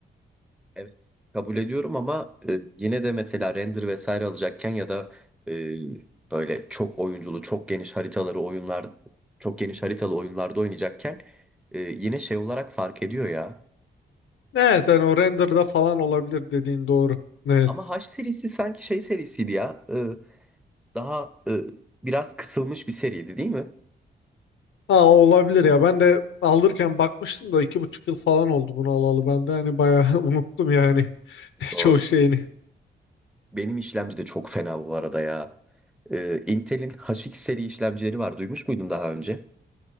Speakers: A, in the centre; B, on the left.
A: Evet, kabul ediyorum ama e, yine de mesela render vesaire alacakken ya da e, böyle çok oyunculu, çok geniş haritaları oyunlar, çok geniş haritalı oyunlarda oynayacakken e, yine şey olarak fark ediyor ya.
B: Evet yani o renderda falan olabilir dediğin doğru. Evet.
A: Ama H serisi sanki şey serisiydi ya. e, daha e, biraz kısılmış bir seriydi değil mi?
B: Aa, olabilir ya. Ben de alırken bakmıştım da iki buçuk yıl falan oldu bunu alalı. Ben de hani bayağı <laughs> unuttum yani <laughs>
A: Doğru.
B: çoğu şeyini.
A: Benim işlemci de çok fena bu arada ya. E, Intel'in H2 seri işlemcileri var. Duymuş muydun daha önce?